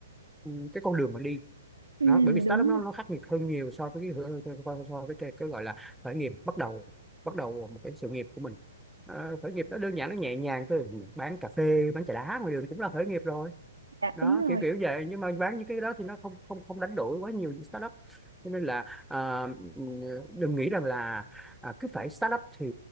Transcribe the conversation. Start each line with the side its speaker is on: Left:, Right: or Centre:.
Centre: ừm, cái con đường mà đi
Right: ừ
Centre: nó bởi vì startup
Right: đúng
Centre: nó
Right: rồi
Centre: nó khắc nghiệt hơn nhiều so với cái hửa- so so- so với cái, cái gọi là khởi nghiệp bắt đầu bắt đầu một cái sự nghiệp của mình Ờ, khởi nghiệp nó đơn giản nó nhẹ nhàng thôi bán cà phê bán trà đá ngoài đường cũng là khởi nghiệp rồi
Right: dạ
Centre: đó
Right: đúng rồi
Centre: kiểu kiểu vậy nhưng mà bán những cái đó thì nó không không không đánh đổi quá nhiều những startup cho nên là à, đừng nghĩ rằng là à, cứ phải startup thì